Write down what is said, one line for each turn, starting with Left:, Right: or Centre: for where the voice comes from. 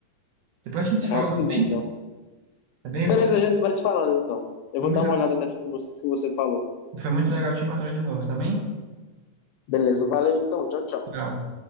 Right: Depois a gente se fala,
Left: Ah, tudo
Right: tá bem?
Left: bem então.
Right: Tá bem?
Left: Beleza,
Right: Foi,
Left: a gente vai se falando então. Eu
Right: foi
Left: vou
Right: muito,
Left: dar uma olhada nessas músicas que você falou.
Right: foi muito legal te encontrar de novo, tá bem?
Left: Beleza, valeu então. Tchau, tchau.
Right: Legal.